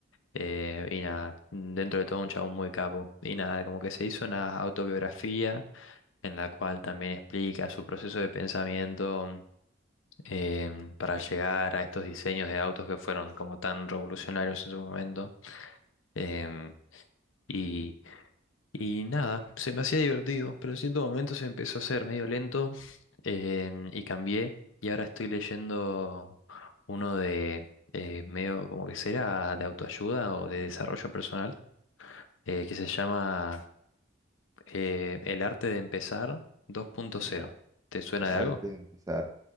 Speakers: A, on the left; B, on the right.
A: eh, y nada, dentro de todo un chabón muy capo. Y nada, como que se hizo una autobiografía en la cual también explica su proceso de pensamiento em, para llegar a estos diseños de autos que fueron como tan revolucionarios en su momento. Em, y y nada, se me hacía divertido, pero en cierto momento se empezó a hacer medio lento em, y cambié. Y ahora estoy leyendo uno de eh, medio como que será de autoayuda o de desarrollo personal, eh, que se llama eh, El arte de empezar 2.0.
B: El, a-
A: ¿Te suena
B: el
A: de
B: arte
A: algo?
B: de empezar.